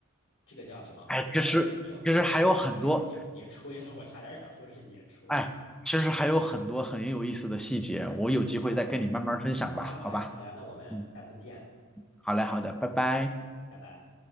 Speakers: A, on the left (about 70°); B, in the centre.
A: 这个叫什么？
B: 哎，
A: 这个叫露营，
B: 其实其实还有很多，
A: 对，不叫不叫野野炊了，我差点想说是野炊。
B: 哎，其实还有很多很有意思的细节，我有机会再跟你慢慢分享吧，
A: 好呀好呀好呀好呀，
B: 好吧？
A: 那我们下次见，
B: 嗯，好嘞好的，拜拜。
A: 拜拜。